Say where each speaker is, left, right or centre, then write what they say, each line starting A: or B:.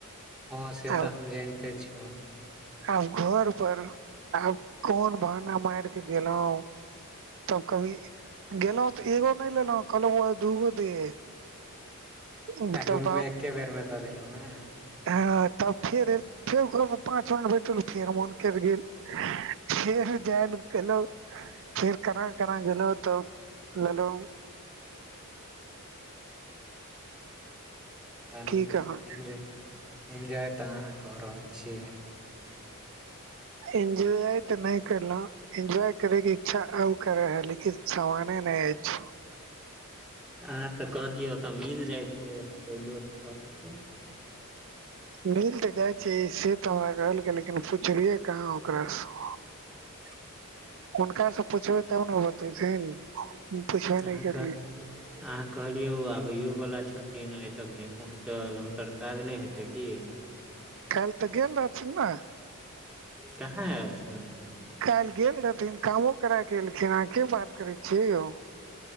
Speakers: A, in the centre; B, on the right.
A: हँ से
B: आब
A: तऽ हम जानिते छू
B: आब घर पर आब कोन बहाना मार के गेलहुं। तब कभी गेलहुं तऽ एगो नहि लेलहु कहलहु दूगो दे। मतलब
A: आ दुनू एके बेर मे दऽ देलहु ने।
B: हऽ तब फेर फेर पाँच म बैठल फेर मोन करि गेल। फेर जान गेलहु। फेर केना केना गेलहू तऽ लेलो
A: चलू
B: की कहब
A: इन्ज इन्जॉय तऽ अहाँ कऽ रहल छियै।
B: एजय तऽ नहि करलो। एन्जॉय करैके इच्छा अब करे है लेकिन जमाने नहि अछि।
A: अहाँ तऽ कहलियै ओतय मिल जाइ छै अाँकेो दोस्त कहलक।
B: मिल तऽ जाइ छै से तऽ हमरा कहलकै लेकिन पुछलियै कहाँ ओकरासँ।
A: <unintelligible>
B: हुनकास सऽ पुछबै तब ने बतेथिन। पुछबे
A: अहाँके।
B: नहि करलियै
A: अहाँ कहलियै ओ आबैयो वला छथिन आइ तक नहि पहुँचल हुनकर काज नहि हेतै की।
B: काल्हि तऽ गेल रहथिन नऽ।
A: कहाँ आएल छलै।
B: काल्हि गेल रहथिन कामो करा कऽ एलखिन अहाँ के बात करै छियै यौ।